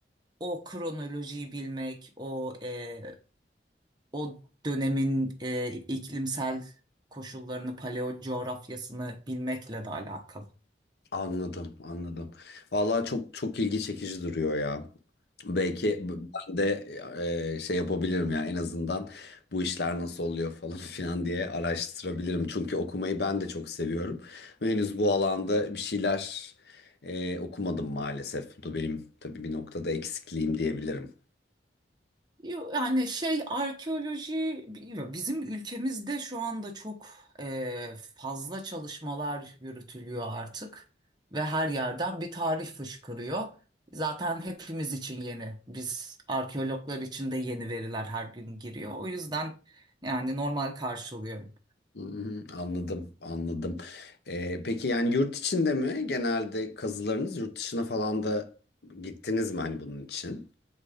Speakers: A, on the right; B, on the left.
A: o kronolojiyi bilmek, o e, o dönemin e, iklimsel koşullarını, paleo coğrafyasını bilmekle de alakalı.
B: Anladım, anladım. Vallahi çok çok ilgi çekici duruyor ya. Belki b- ben de e, şey yapabilirim ya en azından bu işler nasıl oluyor falan <laughs> filan diye araştırabilirim. Çünkü okumayı ben de çok seviyorum. Ve henüz bu alanda bir şeyler e, okumadım maalesef. Bu da benim tabii bir noktada eksikliğim diyebilirim.
A: Yo, Yani şey arkeoloji bilmiyorum. bizim ülkemizde şu anda çok e, fazla çalışmalar yürütülüyor artık ve her yerden bir tarih fışkırıyor. Zaten hepimiz için yeni. Biz arkeologlar için de yeni veriler her gün giriyor. O yüzden yani normal karşılıyorum.
B: Hmm, anladım, anladım. Ee, peki yani yurt içinde mi genelde kazılarınız, yurt dışına falan da gittiniz mi hani bunun için?